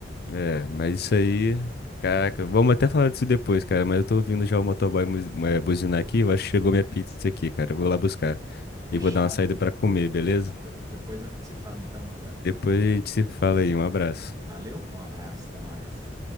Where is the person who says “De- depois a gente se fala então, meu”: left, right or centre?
Right